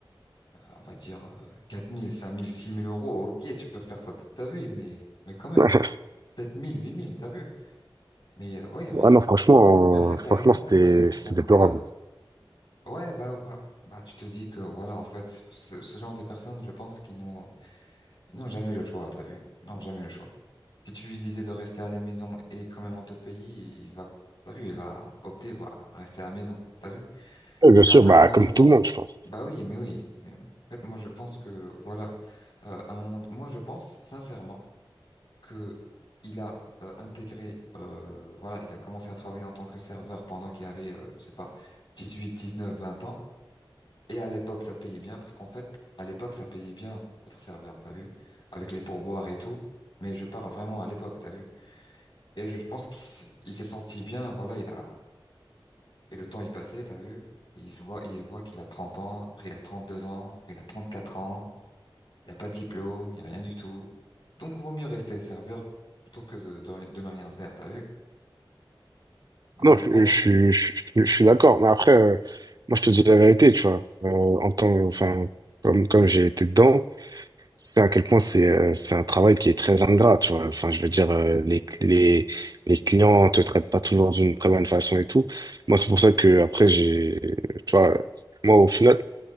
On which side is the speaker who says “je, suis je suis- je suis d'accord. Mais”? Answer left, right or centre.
Right